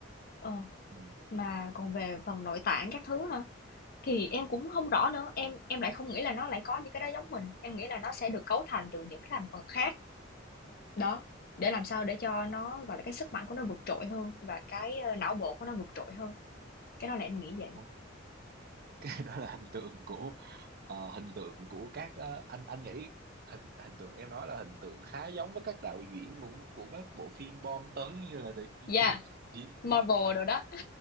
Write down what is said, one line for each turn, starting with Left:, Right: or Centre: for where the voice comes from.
Left: Ờ,
Right: Ừ.
Left: mà còn về phần nội tạng các thứ hả? Thì em cũng không rõ nữa, em em lại không nghĩ là nó lại có những cái đó giống mình, em nghĩ là nó sẽ được cấu thành từ những cái thành phần khác. Đó, để làm sao để cho nó, gọi là, cái sức mạnh của nó vượt trội hơn và cái, ơ, não bộ của nó vượt trội hơn. Cái đó là em nghĩ vậy.
Right: Ô- ok <laughs> đó là hình tượng của ờ, hình tượng của các ờ, anh anh nghĩ hình hình tượng em nói là hình tượng khá giống với các đạo diễn của của các bộ phim bom tấn như là The,
Left: Yeah,
Right: <laughs>
Left: Marvel đồ đó.